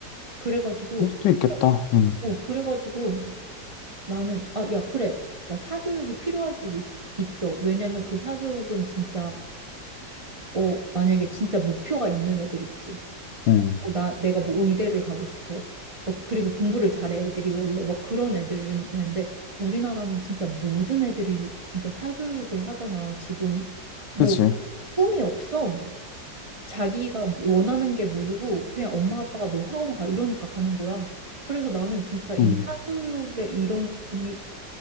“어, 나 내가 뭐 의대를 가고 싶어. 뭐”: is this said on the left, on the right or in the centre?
Right